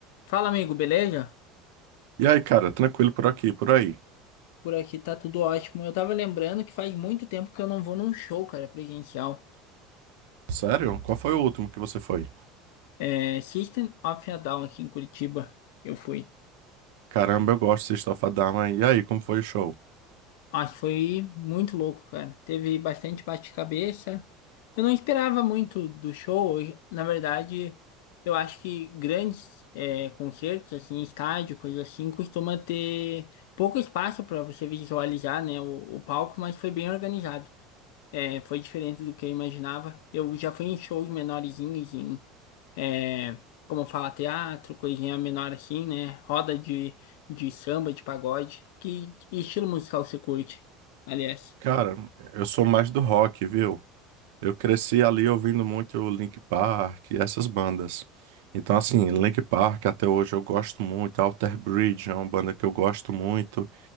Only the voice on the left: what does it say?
Fala, amigo, beleza?
Por aqui tá tudo ótimo. Eu tava lembrando que faz muito tempo que eu não vou num show, cara, presencial.
É, System of a Down aqui em Curitiba. Eu fui.
Acho que foi muito louco, cara. Teve bastante bate-cabeça. Eu não esperava muito do show. Eu- Na verdade, eu acho que grandes é, concertos, assim, estádio, coisa assim, costuma ter pouco espaço pra você visualizar, né, o, o palco, mas foi bem organizado. É, foi diferente do que eu imaginava. Eu já fui em shows menorzinhos, em, é, como falar teatro, coisinha menor assim, né? Roda de, de samba, de pagode. Que estilo musical você curte, aliás?